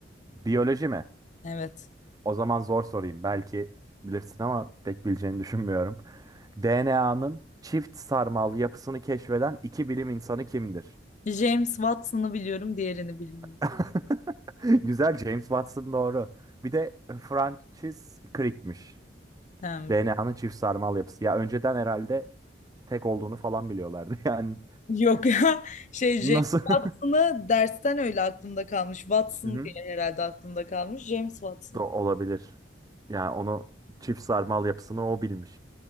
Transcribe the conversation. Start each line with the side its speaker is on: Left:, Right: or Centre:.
Right: Biyoloji mi?
Left: Evet.
Right: O zaman zor sorayım. Belki bilirsin ama pek bileceğini düşünmüyorum. DNA'nın çift sarmal yapısını keşfeden iki bilim insanı kimdir?
Left: James Watson'ı biliyorum, diğerini bilmiyorum.
Right: <laughs> Güzel James Watson doğru. Bir de Francis Crick'miş.
Left: Ha,
Right: DNA'nın çift sarmal yapısı. Ya önceden herhalde tek olduğunu falan biliyorlardı. <laughs> Yani
Left: Yok <laughs> ya. Şey
Right: nasıl?
Left: James Watson'ı
Right: <laughs>
Left: dersten öyle aklımda kalmış. Watson
Right: Hı hı.
Left: diye herhalde aklımda kalmış. James Watson.
Right: Do olabilir. Yani onu çift sarmal yapısını o bilmiş.